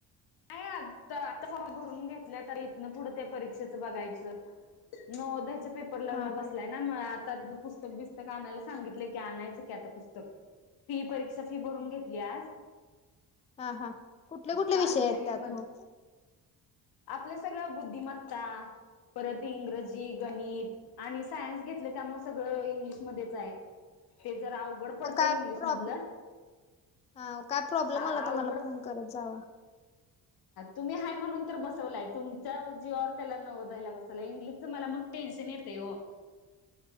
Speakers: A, on the left; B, on the left.
A: नाही आता फॉर्म भरून घेतल्या तर इथन पुढं त्या परीक्षेचं बघायचं. नवोदयच्या पेपरला
B: हा
A: बसला.
B: हा
A: म आता तिचं पुस्तक बिस्तक आणायला सांगितलंय की, आणायचं की आता पुस्तक फी परीक्षा फी भरून घेतली आज,
B: हा हा कुठले कुठले
A: काल
B: विषय
A: दिली
B: आहेत. त्यात मग,
A: आपल्या सगळ्या बुद्धिमत्ता परत इंग्रज जी, गणित, आणि सायन्स घेतलय त्यामुळे सगळ इंग्लिशमध्येच हाय, ते जरा अवघड पडतं
B: मग काय
A: इंग्लिश
B: प्रॉब्लेम
A: मधलं
B: हा काय प्रॉब्लेम
A: अवघड
B: आला तर मला फोन करत जावा.
A: तुम्ही हाय म्हणून तर बसवलाय तुमच्या जीवावर त्याला नवोदयला बसवलय इंग्लिशच मला मग टेन्शन येतंय ओ.